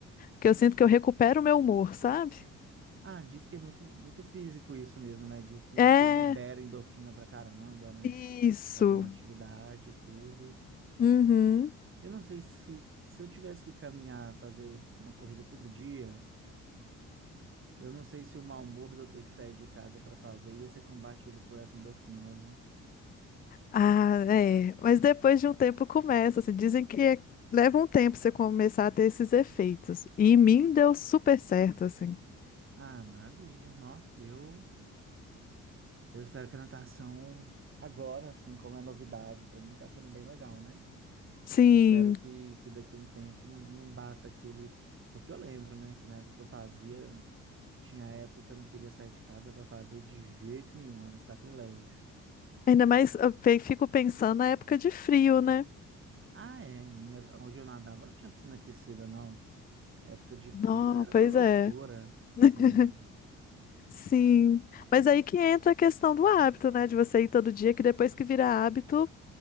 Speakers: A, on the left; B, on the right.
A: que eu sinto que eu recupero o meu humor, sabe?
B: Ah, diz que é muito, muito físico isso mesmo, né? Diz que,
A: É,
B: que libera endorfina pra caramba, né?
A: isso.
B: Fazer uma atividade e tudo.
A: Uhum.
B: Eu não sei se, se eu tivesse que caminhar, fazer uma corrida todo dia, eu não sei se o mau humor de eu ter que sair de casa para fazer ia ser combatido por essa endorfina, viu?
A: Ah, é. Mas depois de um tempo começa, assim, dizem que é- leva um tempo você começar a ter esses efeitos. E em mim deu super certo, assim.
B: Ah, maravilha. Não, eu, eu espero que a natação agora, assim, como é novidade, para mim tá sendo bem legal, né?
A: Sim.
B: Eu espero que, que daqui a um tempo não, não bata aquele. Porque eu lembro, né, que na época que eu fazia. Tinha época que eu não queria sair de casa para fazer de jeito nenhum, era um sacrilégio.
A: Ainda mais eu pe- fico pensando na época de frio, né?
B: Ah, é, em- onde eu nadava não tinha piscina aquecida, não. Época de frio
A: Não,
B: era
A: pois
B: uma loucura,
A: é.
B: sim.
A: <laughs> Sim, mas aí que entra a questão do hábito, né? De você ir todo dia, que depois que vira hábito,